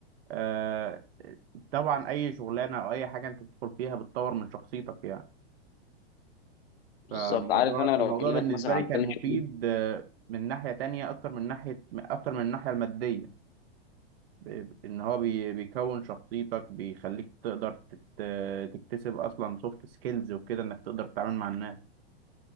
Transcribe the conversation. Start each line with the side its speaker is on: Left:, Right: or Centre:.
Right: آه طبعا اي شغلانة او اي حاجة انت بتدخل فيها بتطور من شخصيتك يعني فالموضوع
Left: بالظبط عارف انا
Right: الموضوع
Left: لو اكلمك
Right: بالنسبة
Left: مثلا
Right: لي
Left: عن
Right: كان
Left: تاني
Right: مفيد
Left: شغل
Right: آه، من ناحية تانية اكتر من ناحية اكتر من الناحية المادية ب- ان هو بي- بيكون شخصيتك بيخليك تقدر تت- تكتسب اصلا سوفت سكيلز وكده انك تقدر تتعامل مع الناس